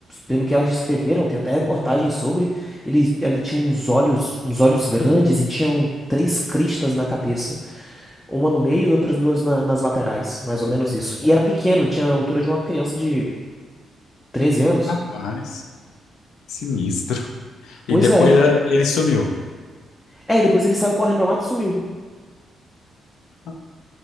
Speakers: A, in the centre; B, on the left.
A: pelo que elas descreveram, tem até reportagem sobre, ele, ela tinha uns olhos, uns olhos grandes e tinham três cristas na cabeça. Uma no meio e outras duas na- nas laterais, mais ou menos isso. E era pequeno, tinha a altura de uma criança de 13 anos.
B: Rapaz, que sinistro.
A: Pois
B: E depois
A: é.
B: é, ele sumiu.
A: É, e depois ele saiu correndo pra mata e sumiu.
B: Ah,